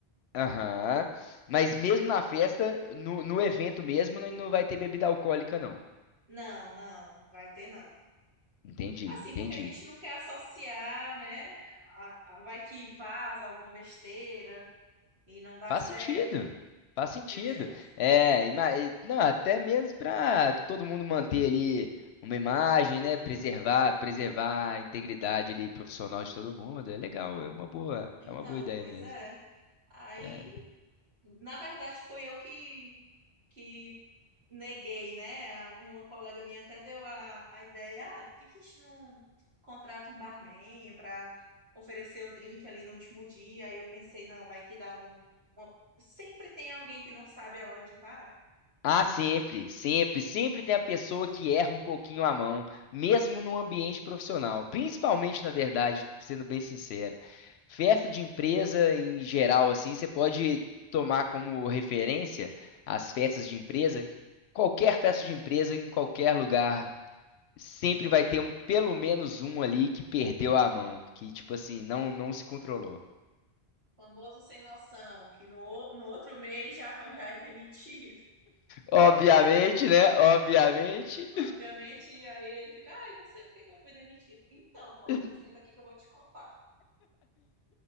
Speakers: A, on the left; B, on the right.
A: Aham. Mas mesmo na festa, no, no evento mesmo, não não vai ter bebida alcoólica, não.
B: Não, não, vai ter não.
A: Entendi,
B: Assim,
A: entendi.
B: porque a gente não quer associar, né? a- a- vai que vaza alguma besteira e não dá
A: Faz
B: certo,
A: sentido. Faz sentido.
B: entendeu?
A: É, ima- e- não, até mesmo para todo mundo manter ali uma imagem, né? Preservar, preservar a integridade ali profissional de todo mundo. É legal, é uma boa,
B: Então,
A: é uma boa ideia
B: pois
A: mesmo.
B: é. Aí,
A: É.
B: na verdade, foi eu que, que neguei, né? A- Uma colega minha até deu a, a ideia, ah, por que que a gente não contrata um barman para oferecer o drink ali no último dia? Aí eu pensei, não, vai que dá um... uma- Sempre tem alguém que não sabe a hora de parar.
A: Ah, sempre, sempre, sempre tem a pessoa que erra um pouquinho a mão, mesmo no ambiente profissional, principalmente, na verdade, sendo bem sincero. Festa de empresa em geral, assim, você pode tomar como referência as festas de empresa. Qualquer festa de empresa, em qualquer lugar, sempre vai ter um- pelo menos um ali que perdeu a mão, que, tipo assim, não, não se controlou.
B: Famoso sem noção, que no, o- no outro mês já, <laughs> já é demitido.
A: Obviamente, né? Obviamente.
B: <laughs> Obviamente, e aí ele fica, ai, não sei por que que eu fui demitido. Então, colega,
A: <laughs>
B: senta aqui que eu vou te contar.